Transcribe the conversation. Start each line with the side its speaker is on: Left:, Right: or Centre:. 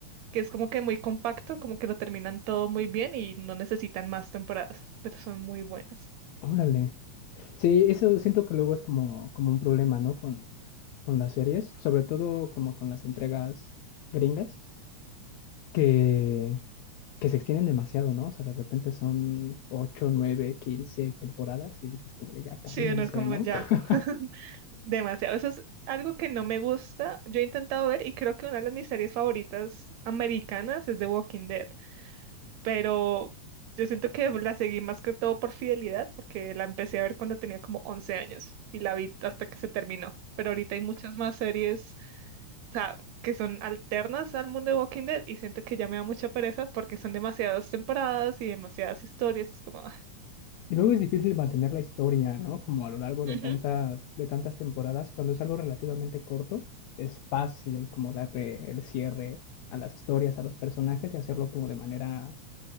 Right: que es como que muy compacto, como que lo terminan todo muy bien y no necesitan más temporadas, pero son muy buenas.
Left: Órale. Sí, eso siento que luego es como, como un problema, ¿no? Con, con las series, sobre todo como con las entregas gringas, que, que se extienden demasiado, ¿no? O sea, de repente son 8, 9, 15 temporadas y dices como de ya cálmense,
Right: Sí, uno como
Left: ¿no?
Right: ya,
Left: <laughs>
Right: <laughs> demasiado. Eso es algo que no me gusta. Yo he intentado ver y creo que una de mis series favoritas americanas es The Walking Dead, pero yo siento que la seguí más que todo por fidelidad, porque la empecé a ver cuando tenía como 11 años y la vi hasta que se terminó. Pero ahorita hay muchas más series, o sea, que son alternas al mundo de Walking Dead y siento que ya me da mucha pereza porque son demasiadas temporadas y demasiadas historias. Es como, ah,
Left: Y luego es difícil mantener la historia, ¿no? Como a lo largo de
Right: Ujú,
Left: tantas, de tantas temporadas, cuando es algo relativamente corto, es fácil como darle el cierre a las historias, a los personajes y hacerlo como de manera